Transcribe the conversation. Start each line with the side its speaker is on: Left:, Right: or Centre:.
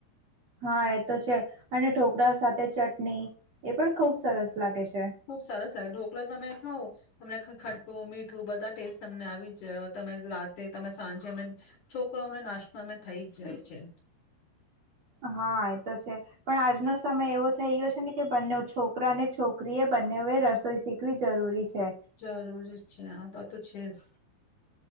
Right: હા એ તો છે અને ઢોકળા સાથે ચટણી એ પણ ખુબ સરસ. લાગે છે
Left: ખુબ સરસ લાવે ઢોકળા તમે ખાવ તમને ખ-ખટું મીઠું બધા ટેસ્ટ તમને આવી જ તમે રાતે તમે સાંજે અમે છોકરાઓને નાસ્તો અમે થઈ જ જાય છે.
Right: હા એ તો છે પણ આજનો સમય એવો થઈ ગયો છે ને કે બંને છોકરા અને છોકરી એ બંનેએ રસોઈ શીખવી જરૂરી છે
Left: જરૂરી છે. આતો તો છેજ.